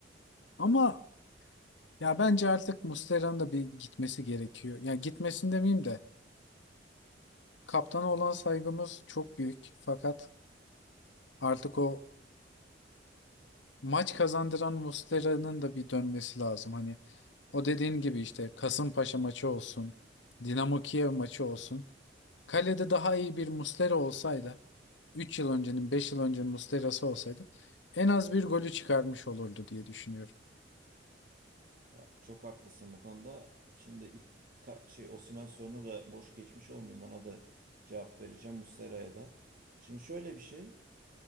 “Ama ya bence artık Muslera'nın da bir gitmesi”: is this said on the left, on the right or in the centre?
Left